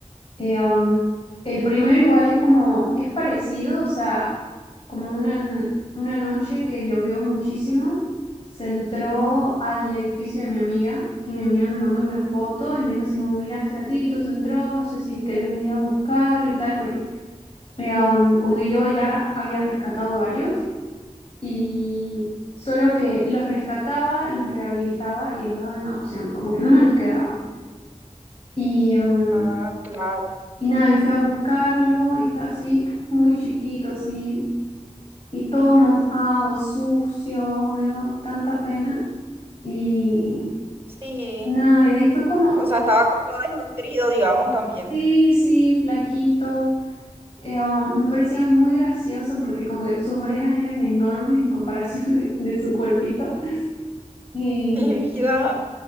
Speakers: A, on the left; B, on the right.
A: Eh, um, el primero igual es como, es parecido, o sea, como una, n- una noche que llovió muchísimo, se entró al edificio de mi amiga y mi amiga me mandó una foto y me dijo así como, mira, este gatito se entró, no sé si querés venir a buscarlo y tal, porque eh, um, como que yo ya había rescatado varios y solo que los rescataba, los rehabilitaba y los daba en adopción, como que no me los quedaba. Y, um,
B: Ah, claro.
A: y nada, y fui a buscarlo y estaba así muy chiquito, así, y todo mojado, sucio, me dio tanta pena. Y
B: Sí.
A: nada, y de ahí fue como,
B: O sea, estaba como desnutrido, digamos, también.
A: sí, sí, flaquito. Eh, um, me parecía muy gracioso porque como que sus orejas eran enormes en comparación <laughs> de, de su cuerpito. Y,
B: <laughs> Mi vida.